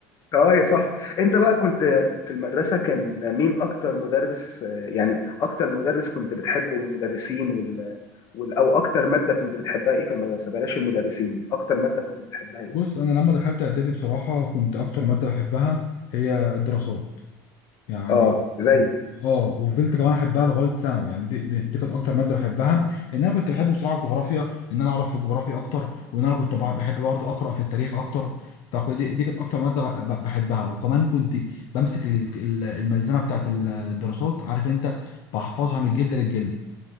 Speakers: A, on the left (about 45°); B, on the left (about 70°).
A: اه يا صح انت بقى كنت في المدرسه كان مين اكتر مدرس آه، يعني اكتر مدرس كنت بتحبه من المدرسين وال... وال... او اكتر ماده كنت بتحبها ايه في المدرسه بلاش المدرسين اكتر ماده كنت بتحبها ايه
B: بص انا لما دخلت اعدادي بصراحه كنت اكتر ماده بحبها هي الدراسات يعني
A: اه زي
B: اه وفضلت كمان احبها لغايه ثانوي يعني دي, دي, دي كانت اكتر ماده بحبها ان انا كنت بحب بصراحه الجغرافيا ان انا اعرف في الجغرافيا اكتر وان انا كنت بع- بحب برضه اقرا في التاريخ اكتر فدي دي كانت اكتر ماده ب- ب- بحبها وكمان كنت بمسك ال- ال- الملزمه بتاعت ال- الدراسات عارف انت بحفظها من الجلد للجلد